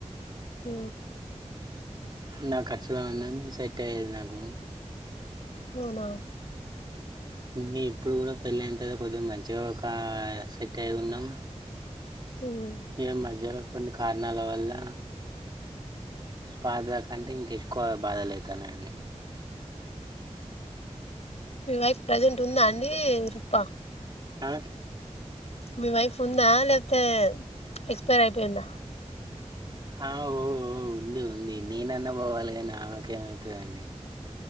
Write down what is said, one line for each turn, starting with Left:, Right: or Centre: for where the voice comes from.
Left: ఓ
Right: నా ఖర్చులో ఉన్నన్ని సెట్ అయ్యేది నాకు.
Left: వూన
Right: ఇంకా ఇప్పుడు కూడా, పెళ్ళంతె కొద్దిగ మంచిగా ఒక సెట్ అయి ఉన్నాం.
Left: మ్మ్
Right: ఈ మధ్యలో కొన్ని కారణాల వల్ల పాత కంటే ఇంక ఎక్కువ బాధలు అయితన్నాయండి.
Left: మీ వైఫ్ ప్రజెంట్ ఉందా అండి రుప్ప
Right: ఆ
Left: మీ వైఫ్ ఉందా, లేకపోతే ఎక్స్పైర్ అయిపోయిందా?
Right: ఆ ఓ ఒ ఉంది. ఉంది. నేనన్న పోవాలి గాని, ఆమెకేమయితదండి?